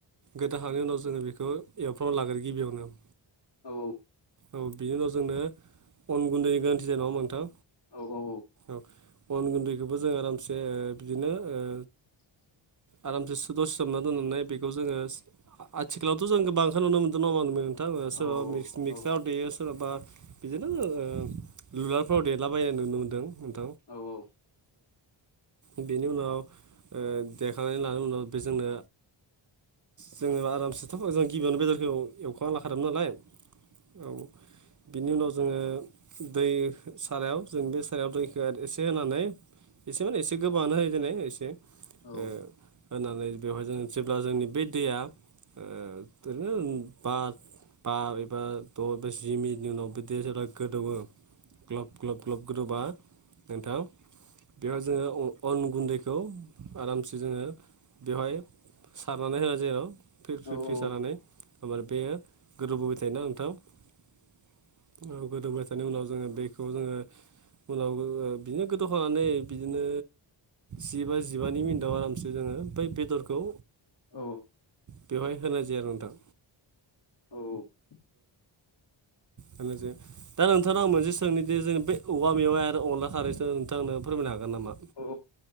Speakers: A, on the right; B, on the left.
A: गोदाखांनायनि उनाव जोङो बेखौ एवफ्रावना लाग्रो गिबियावनो
B: औ
A: औ बिनि उनाव जोंनो अन गुन्दैनि गोरोन्थि जानाय नङा नोंथां?
B: औ औ
A: औ अन गुन्दैखौबो जों आरामसे बिदिनो ओ
B: <unintelligible>
A: आरामसे सो दसे सोमना दोननानैनाय बेखौ जोङो आथिखालावथ' जों गो बांखौ नुनो मोन्दों नङा नो <inaudible> खोथाबो सोराबा
B: औ
A: मिक्साराव
B: औ
A: दैयो सोराबा बिदिनो ओ लुलारफ्राव देरलाबायनाय नुनो मोन्दों।
B: औ औ
A: बेनि उनाव ओ! देखनानै लानाय उनाव बेजोंनो जोङो आरामसे दाथ' जों गिबियावनो बेदरखौ एव एवखाना लाखादोंमोन नालाय औ बिनि उनाव जोङो दै सारायाव जों बे सारायाव दैखौ एसे होनानै एसे माने एसे गोबाङानो होयो जेनै एसे
B: औ
A: ओ होनानै बेवहाय जों जेब्ला जोंनि बे दैया ओरैनो बा बा एबा द' एबा जि मिनिटनि उनाव बि दैया जेब्ला गोदौवो ग्लब ग्लब ग्लब गोदौबा नोंथां बेहाय जोङो अन गुन्दैखौ आरामसे जोङो बेवहाय सारनानै होयो जेराव फ्रि फ्रि
B: औ
A: फ्रि सारनानै ओमफ्राय बेयो गोदौबोबाय थायोना नोंथां औ गोदौबाय थानाय उनाव जोङो बेखौ जोङो उनाव जों बिदिनो गोदौहोनानै बिदिनो जिबा जिबा मिनिटआव आराम जोङो बै बेदरखौ
B: औ
A: बेवहाय होनाय जाया नोंथां।
B: औ औ
A: होननोसै दा नोंथांनाव आं मोनसे सोंनिदि जों बे औवा मेवाइ आरो अनला खारैखौ नोंथां आंनो फोरमायनो हागोन नामा?
B: औ